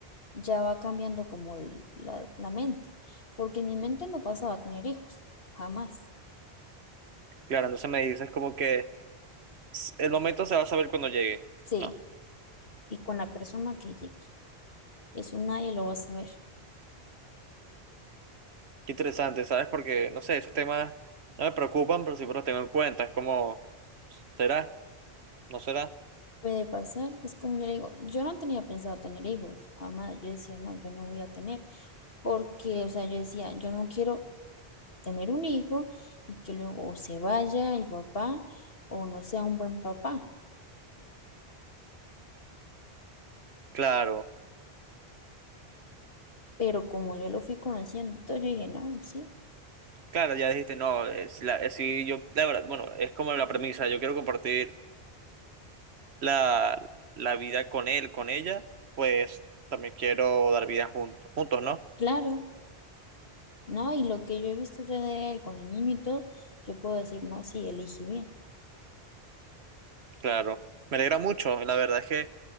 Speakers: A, on the left; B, on the right.
A: ya va cambiando como el- la, la mente, porque en mi mente no pasaba a tener hijos, jamás.
B: Claro, entonces me dices como que s- el momento se va a saber cuando llegue,
A: Sí,
B: ¿no?
A: y con la persona que llegue, eso nadie lo va a saber.
B: Qué interesante, ¿sabes? Porque, no sé, esos temas no me preocupan, pero siempre los tengo en cuenta. Es como, ¿será? ¿No será?
A: Puede pasar, es como yo le digo, yo no tenía pensado tener hijos, jamás, yo decía, no, yo no voy a tener. porque, o sea, yo decía, yo no quiero tener un hijo y que luego o se vaya el papá o no sea un buen papá.
B: Claro.
A: Pero como yo lo fui conociendo, y todo, yo dije, no, sí,
B: Claro, ya dijiste, no, es la, es- sí, yo, la verdad, bueno, es como la premisa, yo quiero compartir la, la vida con él, con ella, pues también quiero dar vida juntos, juntos, ¿no?
A: claro, no, y lo que yo he visto ya de él con el niño y todo, yo puedo decir, no, sí, elegí bien.
B: Claro, me alegra mucho, la verdad es que